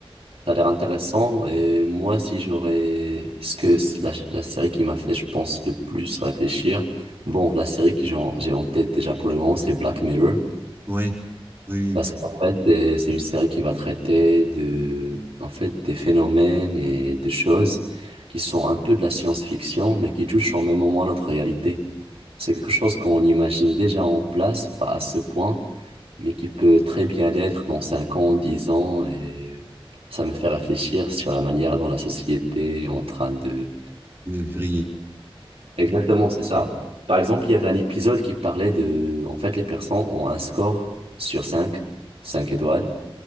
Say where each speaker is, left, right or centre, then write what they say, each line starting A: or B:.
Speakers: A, on the right (about 80°); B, on the right (about 25°).
A: Ça a l'air intéressant et moi si j'aurais ce que c'est la, la série qui m'a fait je pense le plus réfléchir bon la série que j'ai en j'ai en tête déjà pour le moment c'est Black Mirror
B: Ouais, oui,
A: Parce qu'en fait, euh, c'est une série qui va traiter de, en fait, des phénomènes et des choses qui sont un peu de la science-fiction, mais qui touchent en même moment à notre réalité. C'est quelque chose qu'on imagine déjà en place, pas à ce point, mais qui peut très bien l'être dans 5 ans, 10 ans, et ça me fait réfléchir sur la manière dont la société est en train de...
B: oui, euh, Vrillé.
A: Exactement, c'est ça. Par exemple, il y avait un épisode qui parlait de, en fait, les personnes ont un score sur 5, 5 étoiles,